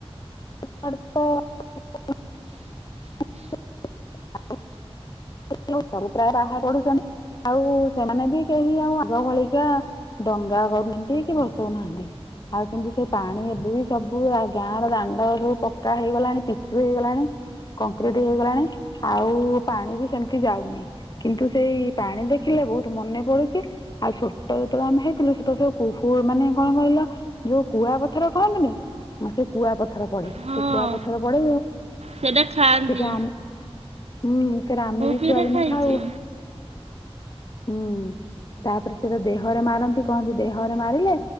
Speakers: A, on the left; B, on the right.
A: ତ <unintelligible> <unintelligible> ସବୁ ପ୍ରାୟ ବାହାର ପଢୁଛନ୍ତି। ଆଉ ସେମାନେ ବି କେହି ଆଉ ଆଗ ଭଳିକା ଡଙ୍ଗା କରୁନାହାନ୍ତି କି ଭସଉ ନାହାନ୍ତି। ଆଉ କିନ୍ତୁ ସେଇ ପାଣି ଏବେ ବି ସବୁ ଗାଁ ର ଦାଣ୍ଡରୁ ସବୁ ପକ୍କା ହେଇଗଲାଣି ପିଚୁ ହେଇଗଲାଣି। କଂକ୍ରିଟି ହେଇଗଲାଣି। ଆଉ ପାଣି ବି ସେମିତି ଯାଉନି କିନ୍ତୁ ସେଇ ପାଣି ଦେଖିଲେ ବହୁତ ମନେ ପଡୁଛି। ଆଉ ଛୋଟ ଯେତେବେଳେ ଆମେ ହେଇଥିଲୁ ସେଟ ସବୁ କୁ ମାନେ କଣ କହିଲ ଯୋଉ କୁଆ ପଥର କହନ୍ତିନି। ମତେ କୁଆ ପଥର ପଡେ।
B: ହଁ
A: ସେ କୁଆ ପଥର ପଡେ।
B: ସେଇଟା ଖାଆନ୍ତି।
A: ସେଟା ହୁଁ ସେରା ଆମେ ବି
B: ରେ
A: ଛୁଆଦିନେ
B: ଖାଇଛି।
A: ଖାଉ ହୁଁ। ତାପରେ ସେଟା ଦେହରେ ମାରନ୍ତି। କହନ୍ତି ଦେହରେ ମାରିଲେ